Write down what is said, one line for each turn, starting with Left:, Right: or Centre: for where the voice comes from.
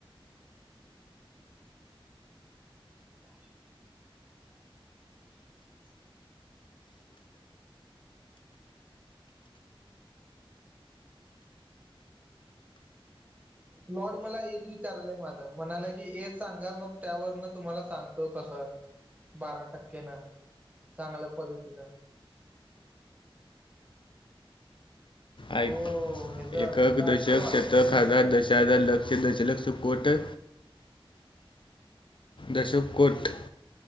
Right: अच्छा <inaudible> <inaudible> लॉर्ड मला हेच विचारलंय माझं म्हणालं, की हेच सांगा मग त्यावरन तुम्हाला सांगतो कसं? बारा टक्केन <inaudible> चांगल्या क्वालीटीन
Left: ऐक
Right: हो ह्याचं
Left: एकक,
Right: हिला
Left: दशक,
Right: असं वाटलं
Left: शतक,
Right: व्हय
Left: हजार, दशहजार, लक्ष, दशलक्ष, कोट दश कोट